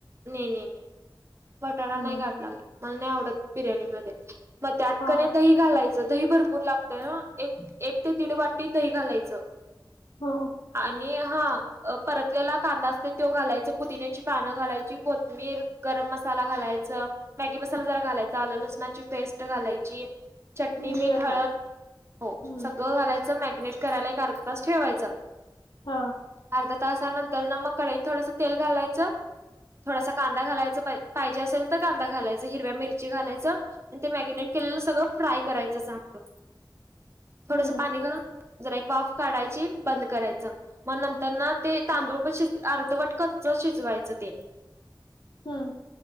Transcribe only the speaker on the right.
नाही, नाही, नाही बटाटा
नाही घातला मी, मला नाही आवडत बिर्याणीमध्ये. मग त्यात
कणी दही घालायचं दही भरपूर लागतय, हा एक ते दीड वाटी दही घालायचं.
आणि हा परतलेला कांदा असतो तो घालायच पुदिन्याची पानं घालायची, कोथमीर गरम मसाला घालायचं. मॅगी मसाला जरा घालायचा, आल लसणाची पेस्ट घालायची चटणी,
मीठ,
हळद हो
सगळं घालायचं मॅरिनेट करायला एक अर्धा तास ठेवायचं.
अर्धा तासानंतर ना मग कडईत थोडंस तेल घालायचं थोडासा कांदा घालायचं पाहिजे असेल तर कांदा घालायचं, हिरव्या मिरची घालायचं. आणि ते मॅरिनेट
केलेलं सगळं फ्राय करायचं चांगलं थोडंसं
पाणी घालून जरा एक वाफ काढायची बंद करायचं, मग नंतर ना ते तांदूळ
पण शिज अर्धवट कच्च शिजवायचं ते.